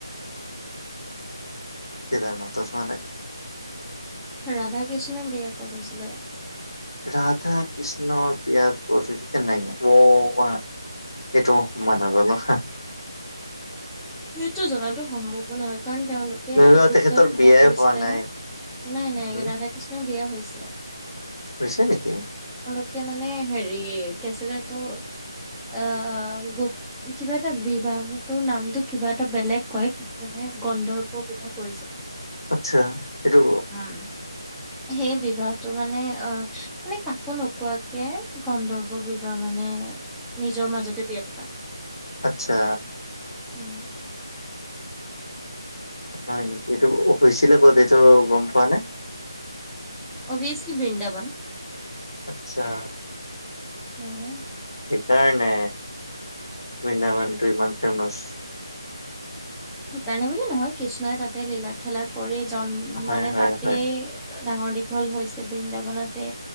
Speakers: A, on the left (about 80°); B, in the centre.
A: কেদাৰনাথত হোৱা নাই।
B: ৰাধা কৃষ্ণ বিয়া কৰিছিলে?
A: ৰাধা কৃষ্ণৰ বিয়াৰ কত হৈ নাই অ' এইটো ম নাজানো হা।
B: সেইটো জাতো সম্ভৱ নহয়। কাৰণ তেওঁলোকে
A: ধৰিলওক
B: গুপ্ত
A: তেখেতৰ
B: বিবাহ
A: বিয়াই
B: কৰিছিলে
A: হোৱা নাই
B: ন, নাই নাই
A: উম
B: ৰাধা কৃষ্ণৰ বিয়া হৈ চে
A: হৈছে নেকি?
B: মানে হেৰি কি আছিলে এইটো, আহ গুপ কিবা এটা বিবাহ তোৰ নামটো কিবা এটা বেলেগ কয় কিন্তু মানে গন্ধৰ্ব ব্যৱাৰ কৰিছিলে।
A: আচ্ছা এইটো
B: হু। সেই বিবাহটো মানে অ মানে কাকো নোকোৱাকে গধব বিবাহ মানে নিজৰ মাজতে বিয়া পতা।
A: আচ্ছা।
B: উম।
A: হয় নেকি, এইটো হৈছিলে ক'ত এইটো গম পোৱা নে?
B: অভিয়ছলি বৃন্দাবন।
A: আচ্ছা।
B: উম।
A: কাৰণে বৃন্দাবনটো ইমান ফেমাচ।
B: সেইকাৰণে বুল নহয় কৃষ্ণই তাত তাতে লীলা খেলা কৰি জন্ম
A: হয়
B: মানে
A: হয়
B: তাতে
A: হয়
B: ডাঙৰ দীঘল হৈছে। বৃন্দাবনতে